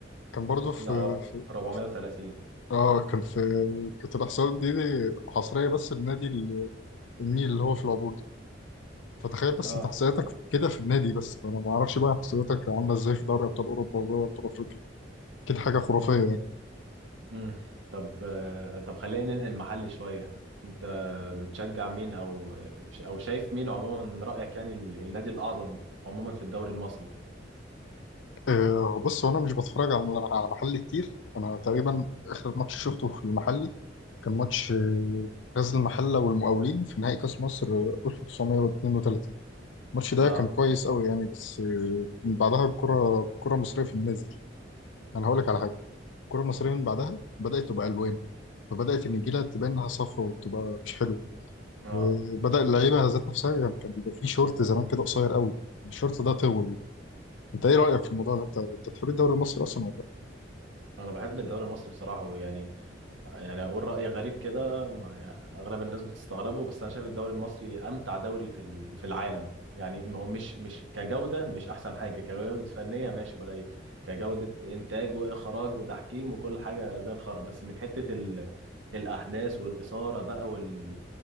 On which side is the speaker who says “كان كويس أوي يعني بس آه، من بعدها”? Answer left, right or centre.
Left